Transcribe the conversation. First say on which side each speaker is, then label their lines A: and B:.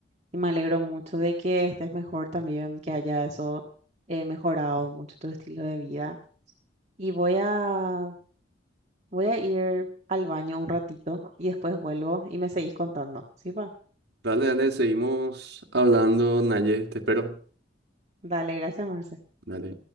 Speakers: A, on the right; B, on the right.
A: Y me alegro mucho de que estés mejor también, que haya eso eh, mejorado mucho tu estilo de vida. Y voy a, voy a ir al baño un ratito y después vuelvo y me seguís contando. ¿Sí va?
B: Dale, dale, seguimos hablando, Naye, te espero.
A: Dale, gracias, Marce.
B: Dale.